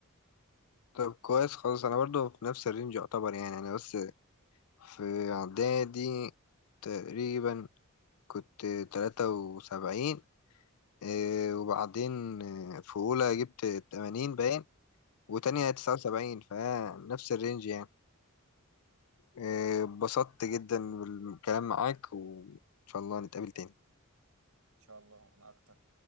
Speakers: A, on the left; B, on the right.
A: طب كويس خالص انا برضو في نفس الرينج يعتبر يعني انا بس في اعدادي تقريبا كنت تلاتة وسبعين اه، وبعدين اه، في اولى جبت تمانين باين وتانية تسعة وسبعين فنفس الرينج يعني إيه، اتبسطت جدا بالكلام معاك وإن شاء الله نتقابل تاني
B: شاء الله وانا اكتر